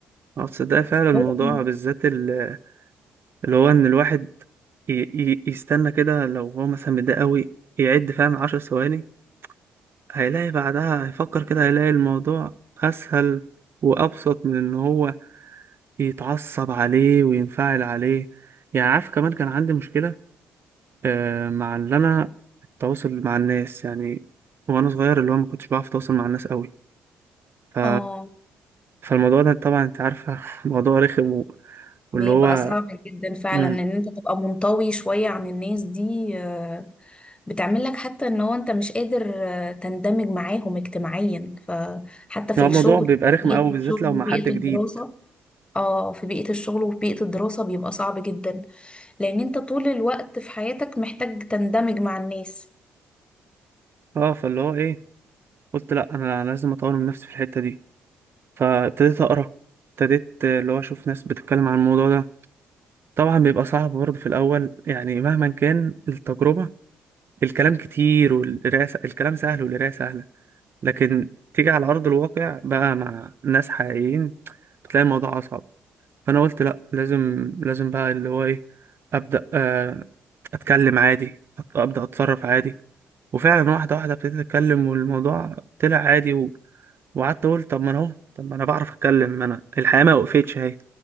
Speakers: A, on the right; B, on the left.
A: اه تصدق فعلا الموضوع
B: هو-
A: بالذات ال- اللي هو ان الواحد ي... ي... يستنى كده لو هو مثلا متضايق قوي يعد فعلا عشر ثواني هيلاقي بعدها هيفكر كده هيلاقي الموضوع اسهل وابسط من ان هو يتعصب عليه وينفعل عليه يعني عارف كمان كان عندي مشكلة آه، مع اللي انا التواصل مع الناس يعني وانا صغير اللي هو ما كنتش بعرف اتواصل مع الناس قوي ف...
B: اه
A: فالموضوع ده طبعا انت عارفه <laughs> موضوع رخم و... واللي
B: بيبقى
A: هو
B: صعب جدا فعلا
A: مم،
B: ان انت تبقى منطوي شوية عن الناس دي آه، بتعمل لك حتى ان هو انت مش قادر آه، تندمج معاهم اجتماعيا فحتى في
A: هو
B: الشغل
A: الموضوع بيبقى رخم
B: بيئة
A: قوي بالذات
B: الشغل
A: لو مع
B: وبيئة
A: حد جديد
B: الدراسة اه في بيئة الشغل وفي بيئة الدراسة بيبقى صعب جدا لان انت طول الوقت في حياتك محتاج تندمج مع الناس
A: اه فاللي هو ايه قلت لا انا لازم اطور من نفسي في الحته دي فابتديت اقرا ابتديت آه، اللي هو اشوف ناس بتتكلم عن الموضوع ده طبعا بيبقى صعب برضه في الاول يعني مهما كان التجربه الكلام كتير والقراءه س- الكلام سهل والقراءه سهله لكن تيجي على أرض الواقع بقى مع ناس حقيقيين بتلاقي الموضوع أصعب فأنا قلت لأ لازم لازم بقى اللي هو إيه أبدأ آه، أتكلم عادي أت- أبدأ أتصرف عادي وفعلا واحدة واحدة ابتديت أتكلم والموضوع طلع عادي و... وقعدت أقول طب ما أنا أهو طب ما أنا بعرف أتكلم ما أنا الحياة ما وقفتش أهي